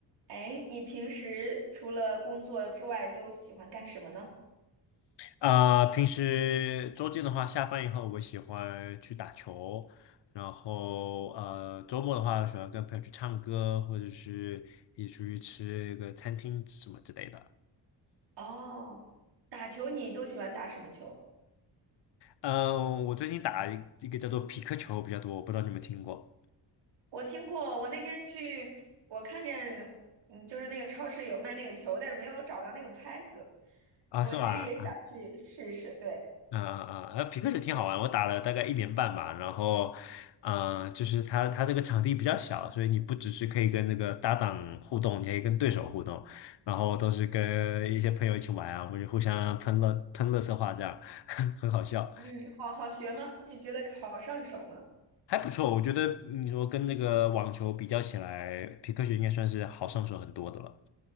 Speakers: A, on the right; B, on the left.
A: 哎，你平时除了工作之外都喜欢干什么呢？
B: 啊、平时周间的话，下班以后我喜欢去打球，然后呃，周末的话喜欢跟朋友去唱歌，或者是一起出去吃一个餐厅什么之类的。
A: 哦，打球你都喜欢打什么球？
B: 嗯、我最近打一个叫做匹克球比较多，我不知道你们听过
A: 我听过，我那天去，我看见，嗯，就是那个超市有卖那个球，但是没有找到那个拍子。
B: 啊？
A: 我其实也想去试试，
B: 是吧？
A: 对，
B: 嗯嗯嗯，呃匹克球挺好玩，我打了大概一年半吧。然后，啊，就是它它这个场地比较小，所以你不只是可以跟那个搭档互动，你还可以跟对手互动。然后都是跟一些朋友一起玩啊，我们就互相喷乐喷乐色话，这样 <laughs> 很好笑，
A: 嗯，好好学吗？你觉得好上手吗？
B: 还不错。我觉得你说跟那个网球比较起来，皮克球应该算是好上手很多的了。